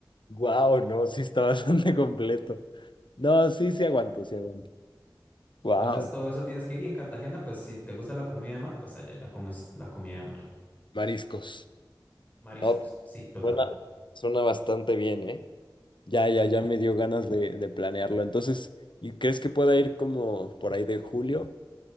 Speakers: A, on the left; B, on the left.
A: Wow, no, sí está bastante <laughs> completo. No, sí, sí aguanto, sí aguanto. Wow.
B: Entonces, todo eso tienes que ir. Y en Cartagena, pues si te gusta la comida de mar, pues allá ya comes la comida de mar.
A: Mariscos.
B: Mariscos,
A: No,
B: sí, total.
A: suena, suena bastante bien, ¿eh? Ya, ya, ya me dio ganas de, de planearlo. Entonces, ¿y crees que pueda ir como por ahí de julio?